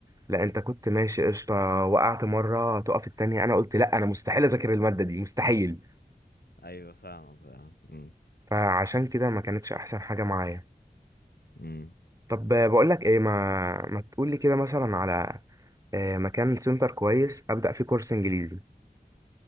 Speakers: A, on the right; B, on the left.
A: لا انت كنت ماشي قشطه وقعت مره تقف التانية انا قلت لا انا مستحيل اذاكر الماده دي مستحيل
B: ايوه فاهمك فاهم مم.
A: فعشان كده ما كانتش احسن حاجه معايا
B: مم.
A: طب بقول لك ايه ما ما تقول لي كده مثلا على آه، مكان سنتر كويس ابدا فيه كورس انجليزي